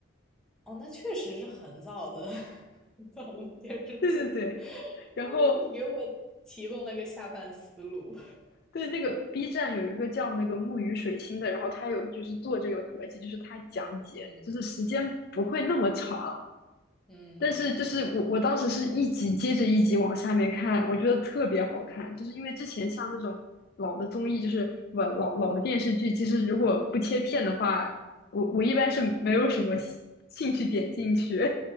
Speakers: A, in the centre; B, on the left.
A: 哦，那确实是很早的 <laughs> 很早的电视剧，
B: 对对对，
A: 因为你给我提供了个下饭思路。
B: 然后对那个 B 站有一个叫那个木鱼水星的，然后他有就是做这个合集，就是他讲解，
A: 嗯
B: 就是时间不会那么长。
A: 嗯，
B: 但是就是我我当时是一集接着一集往下面看，我觉得特别好看，就是因为之前像这种老的综艺，就是不老老的电视剧，其实如果不切片的话，我我一般是没有什么兴兴趣点进去。